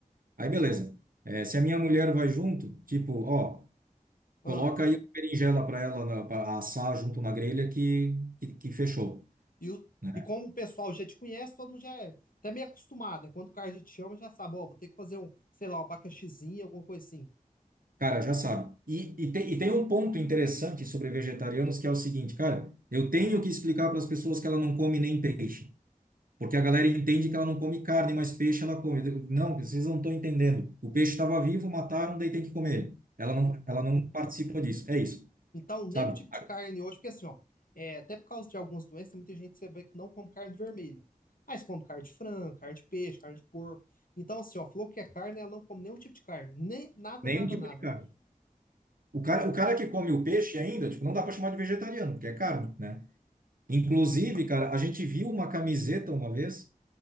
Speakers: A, on the right (about 80°); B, on the left (about 80°).
A: Aí, beleza. É, se a minha mulher vai junto, tipo, ó, coloca
B: ah
A: aí a berinjela pra ela na, pra assar junto na grelha que, que, que fechou,
B: E, o-
A: né?
B: e como o pessoal já te conhece, todo mundo já é até meio acostumado, né? Quando o cara já te chama, já sabe, ó, vou ter que fazer um, sei lá, um abacaxizinho, alguma coisa assim.
A: Cara, já sabe. E, e, tem, e tem um ponto interessante sobre vegetarianos que é o seguinte, cara, eu tenho que explicar para as pessoas que ela não come nem peixe. Porque a galera entende que ela não come carne, mas peixe ela come. Eu digo, Não, vocês não estão entendendo. O peixe estava vivo, mataram, daí tem que comer ele. Ela não, ela não participa disso. É isso,
B: Então, nem
A: sabe?
B: o tipo de
A: A-
B: carne hoje, porque assim, ó, é, até por causa de algumas doenças, tem muita gente que você vê que não come carne vermelha, mas come carne de frango, carne de peixe, carne de porco. Então, assim, ó, falou que é carne, ela não come nenhum tipo de carne, nem nada,
A: Nenhum
B: nada,
A: tipo
B: nada.
A: de carne. O cara, o cara que come o peixe ainda, tipo, não dá para chamar de vegetariano, porque é carne, né? Inclusive, cara, a gente viu uma camiseta uma vez,